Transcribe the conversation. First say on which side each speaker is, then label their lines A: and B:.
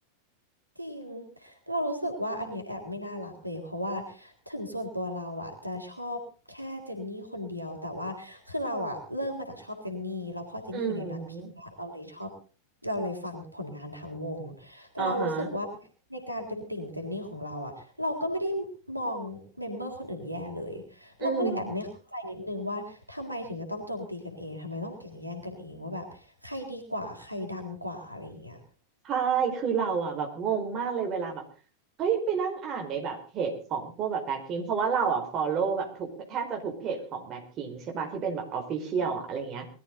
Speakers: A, on the right; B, on the right.
A: จริง เรารู้สึกว่าอันเนี้ยแอบไม่น่ารักเลยเพราะว่าถึงส่วนตัวเราอ่ะจะชอบแค่เจนนี่คนเดียวแต่ว่าคือเราอ่ะเริ่มมาจากชอบเจนนี่แล้วพอเจนนี่อยู่ในแบล็คพิงค์เราเลยชอบ
B: อืม
A: เราเลยฟังผลงานทางวงแต่เรารู้สึกว่าในการเป็นติ่งเจนนี่ของเราอ่ะเราก็ไม่ได้มองเมมเบอร์คนอื่นแย่เลยเราก็เลยแอบไม่เข้าใจนิดนึงว่าทำไมถึงจะต้องโจมตีกันเองทำไมต้องแข่งแย่งกันเองว่าแบบใครดีกว่าใครดังกว่าอะไรอย่างเงี้ย
B: อ่าฮะอืม ใช่คือเราอ่ะแบบงงมากเลยเวลาแบบเฮ้ยไปนั่งอ่านในแบบเพจของพวกแบบแบ็คพิงเพราะว่าเราอ่ะฟอลโล่แบบทุกแทบจะทุกเพจของแบ็คพิงใช่ปะที่เป็นแบบออฟฟิเชียลอ่ะอะไรเงี้ย
A: อืม